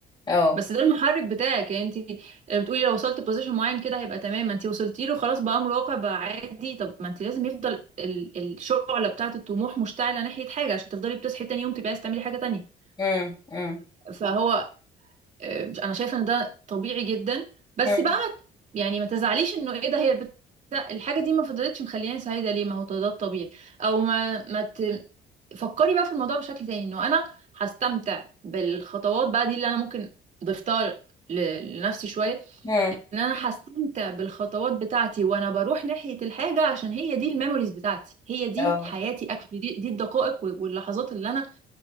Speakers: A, on the left; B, on the right.
A: اه
B: بس ده المحرك بتاعك يعني انت بتقولي لو وصلت بوزيشن معين كده هيبقى تمام ما انت وصلتي له خلاص بقى امر واقع بقى عادي طب ما انت لازم يفضل ال- الشعله بتاعه الطموح مشتعله ناحيه حاجه عشان تفضلي بتصحي تاني يوم تبقى عايزه تعملي حاجه تانيه
A: مم. مم.
B: فهو آه، مش انا شايفه ان ده طبيعي جدا بس
A: مم.
B: بقى ما ت- يعني ما تزعليش انه ايه ده هي البت... الحاجه دي ما فضلتش مخلياني سعيده ليه ما هو ده الطبيعي او ما ما ت... فكري بقى في الموضوع بشكل تاني انه انا هستمتع بالخطوات بقى دي اللي انا ممكن ضفتها ل- لنفسي شويه
A: مم.
B: ان انا هستمتع بالخطوات بتاعتي وانا بروح ناحيه الحاجه عشان هي دي الميموريز بتاعتي هي دي
A: اه
B: حياتي اكشلي دي, دي الدقائق وال- واللحظات اللي انا